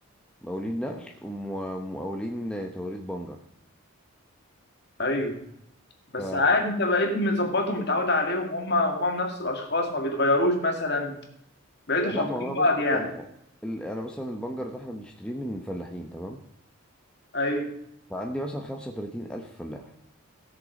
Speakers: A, in the centre; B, on the left.
A: مقاولين نقل ومقاولين توريد بنجر
B: ايوه بس
A: ف
B: عادي انت بقيت مظبطهم متعود عليهم هم هم نفس الاشخاص ما بيتغيروش مثلا بقيتوا حافظين
A: لا ما هو انا
B: بعض
A: بص
B: يعني
A: يعني ال- انا مثلا البنجر ده احنا بنشتريه من فلاحين تمام
B: ايوه
A: فعندي مثلا 35 الف فلاح